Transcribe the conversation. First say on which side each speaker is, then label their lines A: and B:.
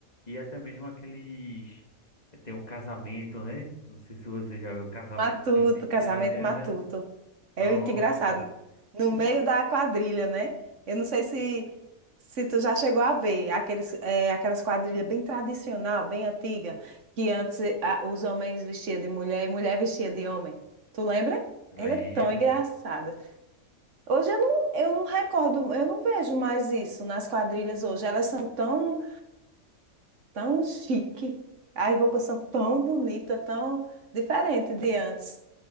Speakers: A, on the left (about 30°); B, on the right (about 60°).
A: e até mesmo aqueles. Tem o casamento, né? Não sei se você já viu casamento
B: Matuto,
A: junino.
B: casamento
A: aham.
B: matuto. É
A: Pronto,
B: muito engraçado. No meio da quadrilha, né? Eu não sei se, se tu já chegou a ver aqueles, é, aquelas quadrilhas bem tradicional, bem antiga, que antes a- os homens vestiam de mulher e mulher vestia de homem. Tu lembra?
A: lembro.
B: Ela é tão engraçada. Hoje eu não, eu não recordo, eu não vejo mais isso nas quadrilhas hoje. Elas são tão tão chique. As roupas são tão bonitas, tão diferente de antes,